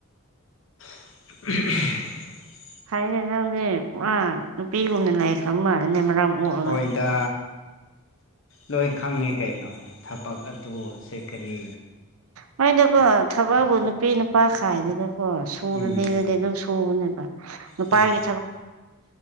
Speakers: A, on the left; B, on the right.
A: <unintelligible>
B: ꯍꯥꯏ ꯗꯤ ꯅꯪꯗꯤ ꯄꯨꯔꯥ ꯅꯨꯄꯤꯒꯨꯝꯅ ꯂꯥꯏꯈ꯭ꯔꯥ ꯃꯥꯜꯂꯤꯅꯦ ꯃꯔꯝ ꯑꯣꯛꯑꯒ
A: ꯍꯣꯏꯗ ꯂꯣꯏ ꯈꯪꯉꯦ ꯀꯩꯅꯣ ꯊꯕꯛ ꯑꯗꯨꯁꯦ ꯀꯔꯤ
B: ꯍꯣꯅꯗꯀꯣ ꯊꯕꯛꯕꯨ ꯅꯨꯄꯤ ꯅꯨꯄꯥ ꯈꯥꯏꯗꯦꯗꯀꯣ ꯁꯨꯔ
A: ꯎꯝ
B: ꯂꯩꯔꯗꯤ ꯑꯗꯨꯝ ꯁꯨꯕꯅꯦ ꯅꯨꯄꯥꯒꯤ
A: ꯆꯨꯝꯃꯦ